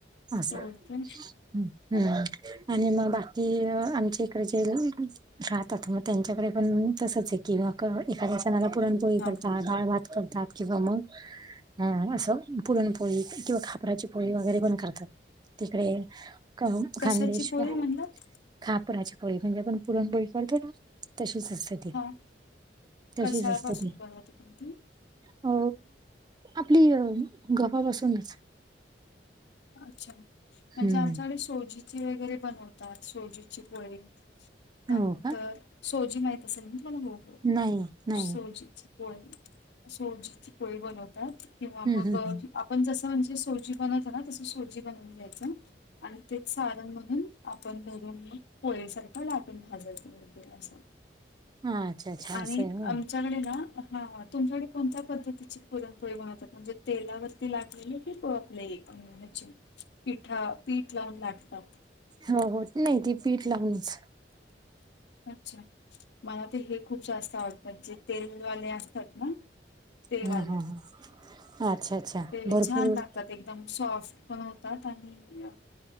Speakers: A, on the right; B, on the left.
A: असं,
B: हो काय
A: हम्म.
B: हा
A: आणि मग बाकी अ आमच्या इकडेचे राहतात मग त्यांच्याकडे पण तसंच आहे, की म इकडच्या सणाला पुरणपोळी इकडचा
B: हा.
A: डाळ भात करतात किंवा मग हा असं पुरणपोळी किंवा खापराची पोळी वगैरे पण करतात. तिकडे क
B: कशाची
A: खानदेशव्
B: पोळी म्हणलात?
A: खापराची पोळी म्हणजे आपण पुरणपोळी करतो ना तशीच असते ते.
B: हा
A: तशीच
B: कशापासून
A: असते ती.
B: बनवते कोणती?
A: अ आपली गव्हापासूनच.
B: अच्छा, म्हणजे
A: हम्म
B: आमच्याकडे सोजी वगैरे बनवतात. सोजीची पोळी. त्यानंतर
A: हो का
B: सोजी माहीत असेल ना तुम्हाला. हो हो.
A: नाही नाही
B: सोजीची होय. सोजीची. पोळी बनवतात. किंवा
A: हम्म
B: मग आपण जस म्हणजे सोजी ब तस सोजी बनवून घ्यायच. आणि ते सारण म्हणून आपण भरून पोळीसारखं लाटून भाजायच. <unintelligible> असं.
A: ह. अच्छा अच्छा.
B: आणि
A: असं
B: आमची
A: आहे हो
B: आमच्या कडे ना, ह तुमच्याकडे कोणत्या पद्धतीची पुरणपोळी बनवतात. म्हणजे तेलावर ती लाटलेले की ब आपली ह्याची. पिठा पीठ लावून लाटतात.
A: हो हो. नाही. ते पीठ लावूनच.
B: अच्छा, मला ते हे खूप जास्त आवडतात. जे तेलवाले असतात ना, तेवाले.
A: ह ह अच्छा अच्छा.
B: ते
A: भरपूर
B: छान लागतात. एकदम सॉफ्ट पण होतात. आणि